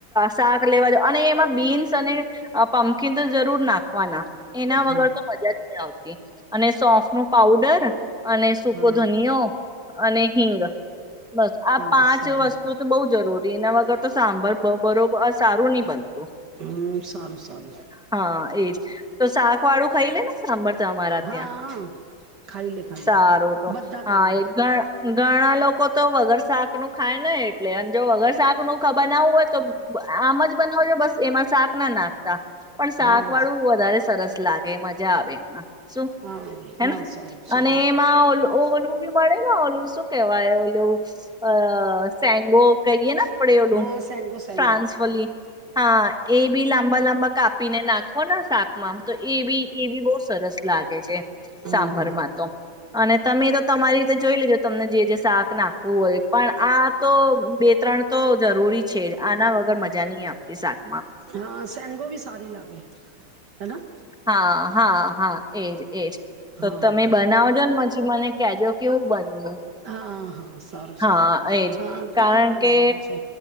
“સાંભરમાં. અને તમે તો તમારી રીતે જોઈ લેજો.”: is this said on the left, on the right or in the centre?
Centre